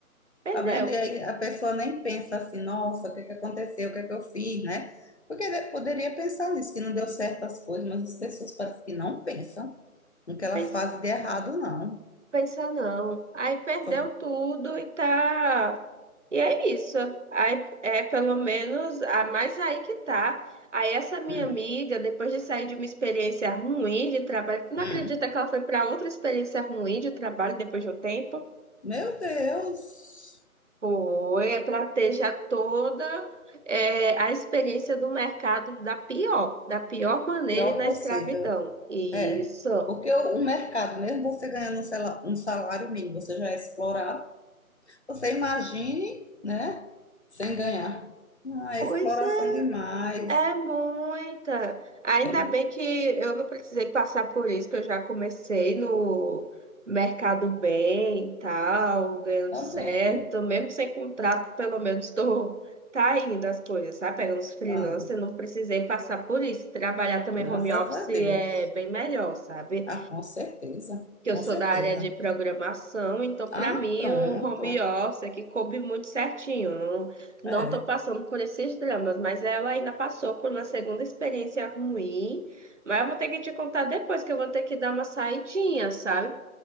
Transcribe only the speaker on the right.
Perdeu,
pensa,
pensa não. Aí perdeu
tudo e tá. E é isso. Aí, é pelo menos, a mais aí que tá. Aí essa minha
amiga, depois de sair de uma experiência ruim de trabalho, tu não
acredita que ela foi para outra experiência ruim de trabalho depois de um tempo?
Foi, é para ter já toda é, a experiência do mercado da pior, da pior maneira
e na
escravidão. Isso.
Pois
é.
É muita. Ainda
bem que eu não precisei passar por isso, que eu já comecei no mercado bem e tal, ganhando
certo,
mesmo sem contrato, pelo menos estou tá indo as coisas, sabe? Pegando os freelancers,
eu não precisei passar por isso. Trabalhar também
home office
é
bem melhor, sabe?
que
eu sou
da área de programação, então para
mim
o home office é que coube muito certinho. Não, não
estou passando por esses dramas, mas ela ainda passou por uma segunda experiência ruim, mas eu vou ter que te contar depois que eu vou ter que dar uma saidinha, sabe?